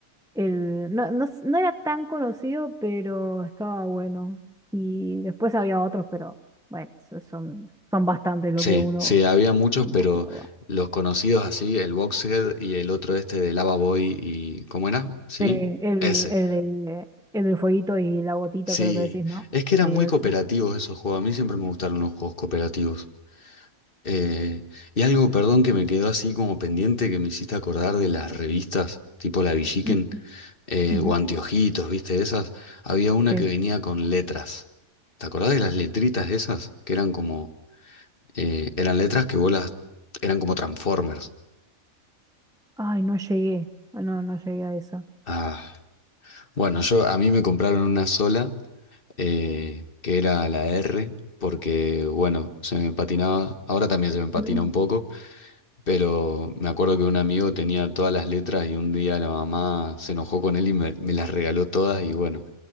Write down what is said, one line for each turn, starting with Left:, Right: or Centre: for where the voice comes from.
Centre: El, no, no, s- no era tan conocido, pero estaba bueno. Y después había otros, pero bueno, so- son, son bastantes lo
Left: Sí,
Centre: que uno,
Left: sí, había muchos,
Centre: uno
Left: pero
Centre: jugaba.
Left: los conocidos así, el Boxhead y el otro este de Lava Boy y... ¿Cómo era? ¿Sí?
Centre: Sí, el,
Left: Ese.
Centre: el, del- el del fueguito y la gotita,
Left: Sí,
Centre: creo que decís, ¿no?
Left: es que
Centre: Sí,
Left: eran muy
Centre: es.
Left: cooperativos esos juegos. A mí siempre me gustaron los juegos cooperativos. Eh, y algo, perdón, que me quedó así como pendiente que me hiciste acordar de las revistas, tipo La Villiquen
Centre: Ujú,
Left: eh,
Centre: ujú,
Left: o Anteojitos, ¿viste? Esas. Había una
Centre: Sí.
Left: que venía con letras. ¿Te acordás de las letritas esas? Que eran como... eh, eran letras que vos las... eran como Transformers.
Centre: Ay, no llegué. Ay, No, no llegué a esa.
Left: Ah, bueno, yo a mí me compraron una sola, eh, que era la R, porque bueno, se me patinaba, ahora también se me patina
Centre: Mm.
Left: un poco, pero me acuerdo que un amigo tenía todas las letras y un día la mamá se enojó con él y me, me las regaló todas y bueno,